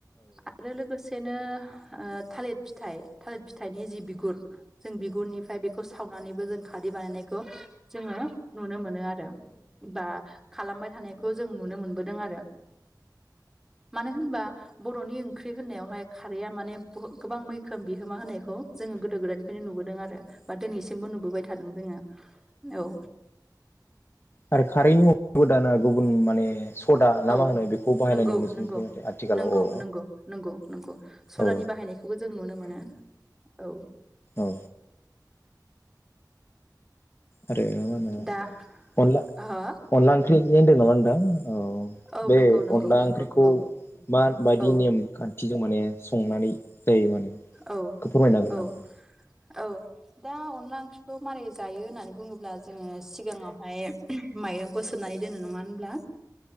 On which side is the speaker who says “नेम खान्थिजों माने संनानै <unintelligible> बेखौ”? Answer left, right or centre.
Left